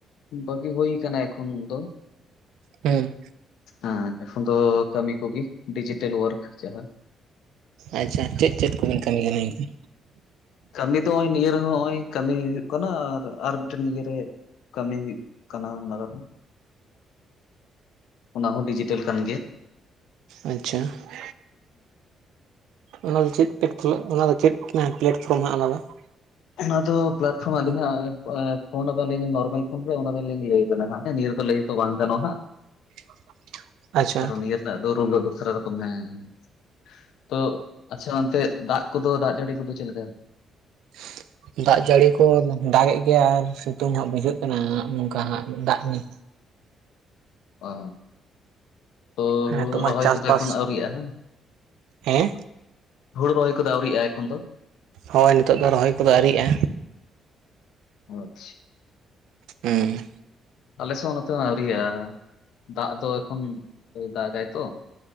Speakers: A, on the left (about 80°); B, on the right (about 85°).
A: ᱵᱟᱹᱜᱤ ᱦᱩᱭ ᱟᱠᱟᱱᱟ ᱮᱠᱷᱚᱱ ᱫᱚ
B: ᱦᱩᱸ ᱾
A: ᱦᱮᱸ ᱮᱠᱷᱚᱱ ᱫᱚ ᱠᱟᱹᱢᱤ ᱠᱚᱜᱮ ᱰᱤᱡᱤᱴᱮᱞ ᱣᱟᱨᱠ ᱡᱟᱦᱟᱸ
B: ᱟᱪᱪᱷᱟ ᱪᱮᱫ ᱪᱮᱫ ᱠᱚᱵᱮᱱ ᱠᱟᱹᱢᱤ ᱠᱟᱱᱟ ᱮᱱᱠᱷᱟᱱ?
A: ᱠᱟᱹᱢᱤ ᱫᱚ ᱚᱜᱼᱚᱭ ᱱᱤᱭᱟᱹ ᱨᱮᱦᱚᱸ ᱚᱸᱭ ᱠᱟᱹᱢᱤ ᱦᱩᱭᱩᱜ ᱠᱟᱱᱟ ᱟᱨ ᱟᱨ ᱢᱤᱫᱴᱮᱱ ᱤᱭᱟᱹ ᱨᱮ ᱠᱟᱹᱢᱤ ᱦᱩᱭᱩᱜ ᱠᱟᱱᱟ᱾ ᱚᱱᱟ ᱨᱮᱦᱚᱸ ᱚᱱᱟ ᱦᱚᱸ ᱰᱤᱡᱤᱴᱮᱞ ᱠᱟᱱ ᱜᱮᱭᱟ ᱾
B: ᱟᱪᱪᱷᱟ ᱾ ᱚᱱᱟ ᱫᱚ ᱪᱮᱫ <unintelligible> ᱚᱱᱟ ᱫᱚ ᱪᱮᱫ ᱯᱞᱟᱴᱯᱷᱨᱚᱢ ᱦᱟᱸᱜ ᱚᱱᱟ ᱫᱚ ᱾
A: ᱚᱱᱟ ᱫᱚ ᱯᱞᱟᱴᱯᱷᱚᱨᱚᱢ ᱟᱹᱞᱤᱧ ᱦᱟᱸᱜ ᱯᱷᱳᱱ ᱟᱞᱤᱧ ᱱᱚᱨᱢᱮᱞ ᱯᱷᱳᱱ ᱨᱮ ᱚᱱᱟ ᱨᱮ ᱫᱚᱞᱤᱧ ᱞᱟᱹᱭ ᱟᱵᱮᱱᱟ ᱦᱟᱸᱜ ᱱᱤᱭᱟᱹ ᱨᱮᱫᱚ ᱞᱟᱹᱭ ᱫᱚ ᱵᱟᱝ ᱜᱟᱱᱚᱜᱼᱟ ᱦᱟᱸᱜ ᱾
B: <unintelligible> ᱟᱪᱪᱷᱟ
A: ᱠᱟᱨᱚᱱ ᱱᱤᱭᱟᱹ ᱨᱮᱱᱟᱜ ᱫᱚ ᱨᱩᱞ ᱫᱚ ᱫᱚᱥᱨᱟ ᱨᱚᱠᱚᱢ ᱦᱮᱸ ᱾ ᱛᱚ ᱟᱪᱪᱷᱟ ᱚᱱᱛᱮ ᱫᱟᱜ ᱠᱚᱫᱚ ᱫᱟᱜ ᱡᱟᱹᱲᱤ ᱠᱚᱫᱚ ᱪᱮᱫ ᱞᱮᱠᱟ?
B: <unintelligible> ᱫᱟᱜ ᱡᱟᱹᱲᱤ ᱠᱚ ᱫᱟᱜᱮᱫ ᱜᱮᱭᱟ ᱟᱨ ᱥᱤᱛᱩᱝ ᱦᱟᱸᱜ ᱵᱩᱡᱷᱟᱹᱜ ᱠᱟᱱᱟ ᱱᱚᱝᱠᱟ ᱦᱟᱸᱜ ᱫᱟᱜ ᱧᱩ
A: ᱚ ᱛᱚ
B: ᱦᱮᱸ
A: ᱦᱩᱲᱩ
B: ᱱᱤᱛᱚᱜ ᱢᱟ
A: ᱨᱚᱦᱚᱭ
B: ᱪᱟᱥᱵᱟᱥ
A: ᱠᱚᱫᱚ ᱮᱠᱷᱚᱱ ᱟᱹᱣᱨᱤᱜ-ᱟ ᱦᱟᱸ
B: ᱦᱮᱸ
A: ᱦᱩᱲᱩ ᱨᱚᱦᱚᱭ ᱠᱚᱫᱚ ᱟᱣᱹᱨᱤᱭᱟᱜ-ᱟ ᱮᱠᱷᱚᱱ ᱫᱚ
B: ᱦᱳᱭ ᱱᱤᱛᱚᱜ ᱫᱚ ᱨᱚᱦᱚᱭ ᱠᱚᱫᱚ ᱟᱣᱹᱨᱤᱭᱟᱜ-ᱟ
A: ᱟᱪᱪᱷᱟ
B: ᱦᱩᱸ
A: ᱟᱞᱮᱥᱮᱫ ᱦᱚᱸ ᱱᱚᱛᱮ ᱦᱚᱸ ᱟᱹᱣᱨᱤᱭᱟ ᱟ ᱫᱟᱜ ᱫᱚ ᱮᱠᱷᱚᱱ ᱟᱹᱣᱨᱤ ᱫᱟᱜᱟᱭ ᱛᱚ